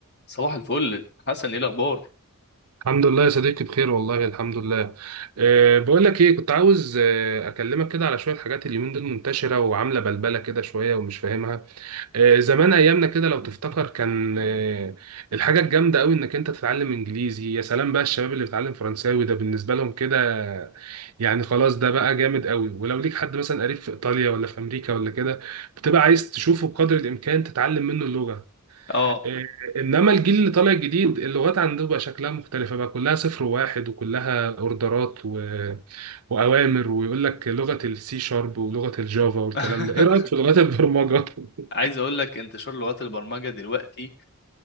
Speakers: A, on the left (about 50°); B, on the right (about 80°).
A: صباح الفل حسن ايه الاخبار
B: الحمد لله يا صديقي بخير والله الحمد لله أه بقول لك ايه كنت عاوز أه اكلمك كده على شويه حاجات اليومين دول منتشره وعامله بلبله كده شويه ومش فاهمها أه زمان ايامنا كده لو تفتكر كان أه الحاجه الجامده قوي انك انت تتعلم انجليزي يا سلام بقى الشباب اللي بيتعلم فرنساوي ده بالنسبه لهم كده يعني خلاص ده بقى جامد قوي ولو ليك حد مثلا قريب في ايطاليا ولا في امريكا ولا كده بتبقى عايز تشوفه بقدر الامكان تتعلم منه اللغه
A: اه
B: إيه، انما الجيل اللي طالع جديد اللغات عنده بقى شكلها مختلفه بقى كلها صفر وواحد وكلها اوردرات و... واوامر ويقول لك لغه السي شارب ولغه الجافا والكلام
A: <laughs>
B: ده ايه رايك في لغات البرمجه <laughs>
A: عايز اقول لك انتشار لغات البرمجه دلوقتي